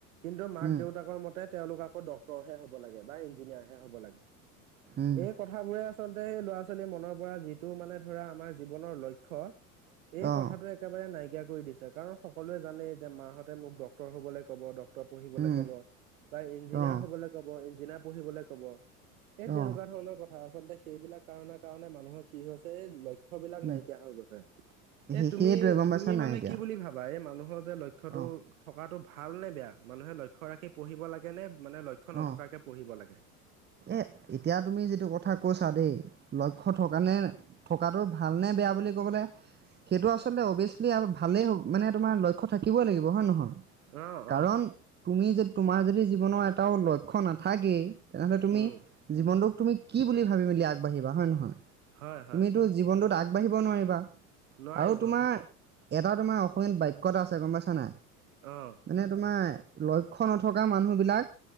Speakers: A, on the right (about 65°); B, on the right (about 20°).
A: কিন্তু মাক
B: উম
A: দেউতাকৰ মতে তেওঁলোক আকৌ ডক্তৰ হে হ'ব লাগে বা ইঞ্জিনিয়াৰ এ হ'ব লাগে
B: উম
A: এই কথাবোৰে আচলতে এই ল'ৰা ছোৱাল কাল মনৰ পৰা যিটো মানে ধৰা আমাৰ জীৱনৰ লক্ষ্য এই
B: অ
A: কথাটো একেবাৰে নাইকিয়া কৈ দিছে কাৰণ সকলোৱে জানেই যে মাহঁতে মোক ডক্তৰ হ'বলৈ ক'ব ড ডক্তৰ পঢ়িবলে
B: উম
A: কব বা ইঞ্জিনিয়াৰ
B: অ
A: হবলৈ কব ইঞ্জিনিয়াৰ পঢ়িবলে কব এই তেনেকোৱা
B: অ
A: ধৰণৰ কথা আচলতে সেইবিলাক কাৰণে কাৰণে মানুহৰ কি হৈছে এই লক্ষ্য ল বিলাক
B: উম
A: নাইকিয়া হৈ গৈছে এ
B: সেই
A: তুমি
B: সেইটোৱে গম
A: তুমি
B: পাইছা নাই
A: মানে
B: এতিয়া
A: কি বুলি ভাবা এই মানুহ যে লক্ষ্যটো
B: অ
A: থকাটো ভাল নে বেয়া মানুহে লক্ষ্য ৰাখি পঢ়িব লাগে নে মানে লক্ষ্য নথকাকে
B: অ
A: পঢ়িব লাগে
B: এ এতিয়া তুমি যিটো কথা কৈছা দেই লক্ষ্য থকা নে থকাটো ভালনে বেয়া বুলি ক'বলে সেইটো আচলতে অভিয়াচলি ভালেই হব মানে তোমাৰ লক্ষ্য থাকিবই লাগিব হয় নহয়
A: অ
B: কাৰণ
A: অ
B: তুমি যে তোমাৰ যদি জীৱনৰ এটাও লক্ষ্য নাথাকেই তেনেহ'লে তুমি
A: উম
B: জীৱনটোক তুমি কি বুলি ভাবি মেলি আগবাঢ়িবা হয় নহয়
A: হয় হয়
B: তুমিতো জীৱনটোত আগবাঢ়িব নোৱাৰিবা
A: নোৱাৰিম
B: আৰু তোমাৰ
A: অ
B: এটা তোমাৰ অসমীয়াত বাক্য এটা আছে গম পাইছা নাই
A: অ
B: মানে তোমাৰ লক্ষ্য নথকা মানুহবিলাক